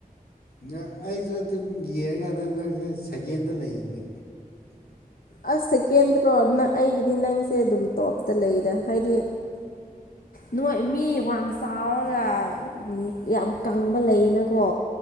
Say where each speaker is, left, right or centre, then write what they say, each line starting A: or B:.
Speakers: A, on the left (about 85°); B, on the left (about 70°).
A: ꯅꯪ ꯑꯩꯁꯨ ꯑꯗꯨꯝ ꯌꯦꯡꯉꯀꯥꯟꯗ ꯅꯪꯁꯨ ꯁꯀꯦꯟꯗ ꯂꯩꯅꯦ꯫
B: ꯑꯁ ꯁꯦꯀꯦꯟꯗ꯭ꯔꯣ ꯅꯪ ꯑꯩꯒꯤꯗꯤ ꯅꯪꯁꯦ ꯑꯗꯨꯝ ꯇꯣꯞꯇ ꯂꯩꯗ꯫ ꯍꯥꯏꯗꯤ ꯅꯣꯏ ꯃꯤ ꯋꯥꯡ ꯆꯥꯎꯔꯒ ꯌꯥꯝ ꯀꯪꯕ ꯂꯩꯌꯦꯅꯀꯣ꯫